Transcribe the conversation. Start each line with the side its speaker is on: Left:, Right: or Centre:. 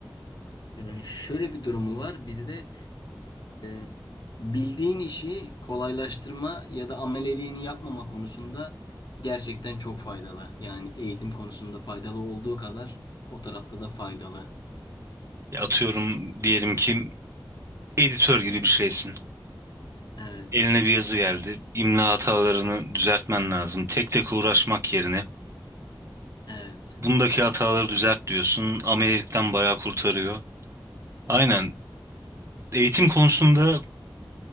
Left: Ee, şöyle bir durumu var. Bir de e, bildiğin işi kolaylaştırma ya da ameleliğini yapmama konusunda gerçekten çok faydalı. Yani eğitim konusunda faydalı olduğu kadar o tarafta da faydalı.
Right: Atıyorum diyelim ki editör gibi bir şeysin.
Left: Evet,
Right: Eline bir yazı geldi. İmla hatalarını düzeltmen lazım. Tek tek uğraşmak yerine.
Left: evet,
Right: Bundaki hataları düzelt diyorsun. Amelilikten bayağı kurtarıyor. Aynen. Eğitim konusunda